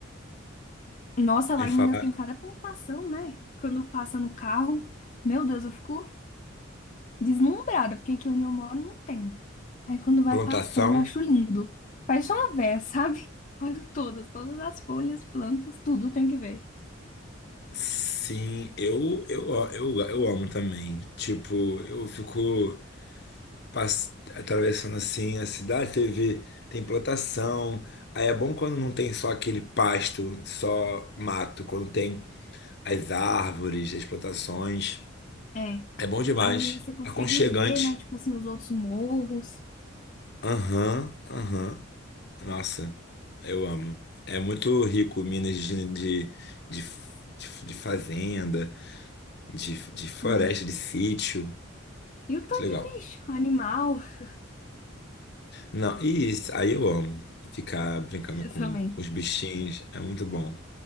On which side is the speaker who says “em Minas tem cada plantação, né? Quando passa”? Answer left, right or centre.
Left